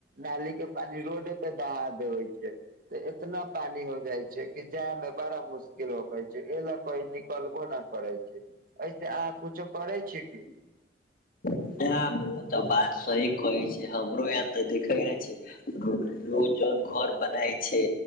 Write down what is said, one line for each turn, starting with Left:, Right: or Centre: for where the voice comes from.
Right: नाली के पानी रोड पे दहा देवे छै तऽ इतना पानी हो जाइ छै कि जाय मे बड़ा मु के लोको कहै छै एहि लए कोई निकलबो नहि करै छै ऐसे अहा कुछो करै छी की?
Left: नहि हमरो तऽ बात सही कहै छै हमरो इहाँ तऽ देखे न छी रोज जन घर बनाय छै